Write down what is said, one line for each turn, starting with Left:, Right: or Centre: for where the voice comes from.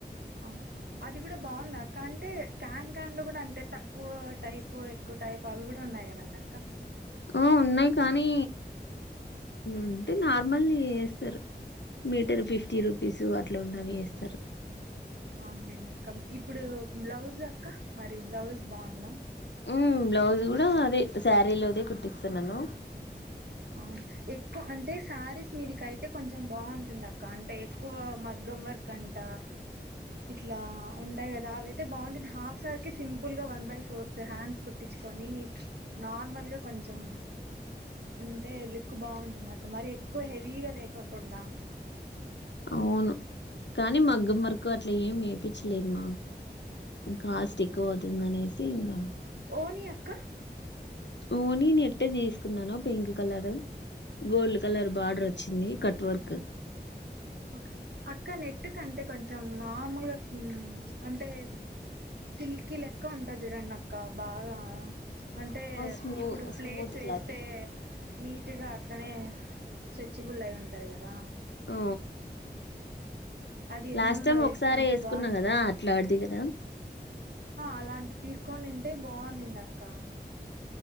Right: ఆ అది కూడా బాగుందా అక్క అంటే క్యాన్ క్యాన్ లో కూడా అంటే తక్కువ టైపు కు టాయిపు అవి కూడా ఉన్నాయి కదన్న అక్క
Left: ఆ ఉన్నాయి కానీ ఉంటే నార్మల్ చేస్తారు మీటర్ ఫిఫ్టీ రూపీస్ అట్లా ఉన్నవి వేస్తారు
Right: అవునండి అక్క ఇప్పుడు బ్లౌజ్ అక్క మరి బ్లౌజ్ బాగుందా
Left: ఉ బ్లౌజ్
Right: నీట్గా
Left: కూడా అదే శారీలోదే కుట్టిస్తా నన్నను
Right: అవును ఎక్కువ అంటే సారీస్ మీరికయితే కొంచెం బాగుంటుంది అక్క అంటే ఎక్కువ మగ్గం వర్క్ అంట ఇట్లా ఉంటాయి కదా అవియితే బాగుంటుంది హాఫ్ సార్ కి సింపుల్ గా వన్ బై ఫోర్త్ హ్యాండ్స్ కుట్టించు కొని నార్మల్గా కొంచెం
Left: <unintelligible>
Right: ఉంటే లిక్కు బాగుంటుంద అక్క మరి ఎక్కువ హెవీగా లేకోకుండా
Left: అవును కానీ మగ్గ మర్కు ఎకు అట్లా ఏం వేపించలేదుమా కాస్ట్ ఎక్కువ అవుతుంద అనేసి ఇంకా
Right: ఓ ని అక్క
Left: ఓ నేను ఎట్ట తీసుకున్నాను pink colour gold colour border వచ్చింది కట్ వర్క్
Right: ఓకే అక్కడ నెట్టు కంటే కొంచెం నార్మల్గా అంటే సిల్క్ లెక్క ఉంటది చూడండి అక్క బాగా అంటే
Left: స్మూ
Right: ఇప్పుడు ప్లేట్స్
Left: స్మూత్
Right: వేస్తే
Left: క్లాత్
Right: నీటుగా అట్లనే స్ట్రెచబుల్ అయి ఉంటారు కదా
Left: ఓ
Right: అది
Left: లాస్ట్
Right: ఏమన్నా
Left: టైం
Right: నా వేసుకోంటే
Left: ఒకసారి వేసుకున్నా
Right: బాగుంటుంద
Left: కదా
Right: అన్న
Left: అట్లాడిది కదా
Right: అలాంటి తీసుకొని తంటే బాగున్నింది అక్క